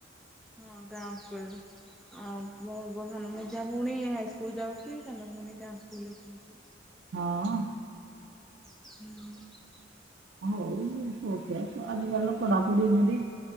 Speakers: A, in the centre; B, on the right.
A: ହଁ ଗାଁ ସ୍କୁଲରେ ଅ ମୋ <unintelligible> ମଝିଆ ଭଉଣୀ ହାଇସ୍କୁ ସ୍କଲ ଯାଉଛି, ସାନ ଭଉଣି ଗାଁ ସ୍କୁଲରେ ପଡ଼ୁଛି।
B: ହଁ।
A: ହୁଁ।
B: ହଉ ପୁଅ ଛୁଆ ତ ଆଜି କାଲି ତ ପଢାପଢି ଇମିଦି।